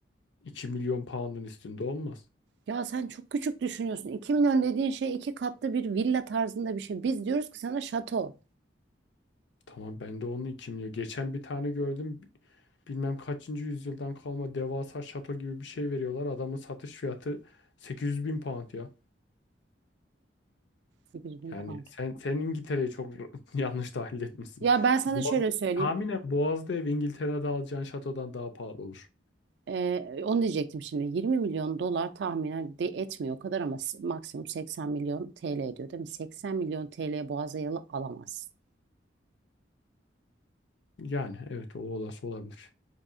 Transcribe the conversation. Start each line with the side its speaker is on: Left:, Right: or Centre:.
Left: 2 milyon pound'un üstünde olmaz.
Right: Ya sen çok küçük düşünüyorsun. 2 milyon dediğin şey iki katlı bir villa tarzında bir şey. Biz diyoruz ki sana şato.
Left: Tamam ben de onun 2 milyon. Geçen bir tane gördüm. bilmem kaçıncı yüzyıldan kalma devasa şato gibi bir şey veriyorlar. Adamın satış fiyatı 800 bin pound ya.
Right: 8 bin
Left: Yani
Right: pound.
Left: sen sen İngiltere'yi çok <laughs> yanlış tahlil etmişsin.
Right: Ya ben sana
Left: Boğaz,
Right: şöyle söyleyeyim.
Left: tahminen Boğaz'da ev İngiltere'de alacağın şatodan daha pahalı olur.
Right: Ee, onu diyecektim şimdi. 20 milyon dolar tahminen de etmiyor o kadar ama s- maksimum 80 milyon TL ediyor değil mi? 80 milyon TL'ye Boğaz'a yalı alamazsın.
Left: Yani evet o olası olabilir.